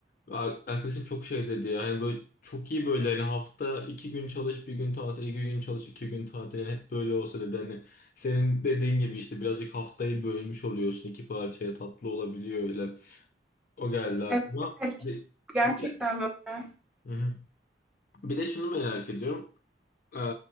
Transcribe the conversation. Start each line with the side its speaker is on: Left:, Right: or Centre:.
Left: Ve ar- Arkadaşım çok şey dedi ya. Hani böyle çok iyi böyle hani hafta iki gün çalış bir gün tatil iki gün çalış iki gün tatil yani hep böyle olsa dedi hani senin dediğin gibi işte birazcık haftayı bölmüş oluyorsun iki parçaya tatlı olabiliyor öyle o geldi aklıma
Centre: Evet, evet,
Left: bir,
Centre: gerçekten
Left: bir de,
Centre: böyle.
Left: Hı hı. Bir de şunu merak ediyorum ee,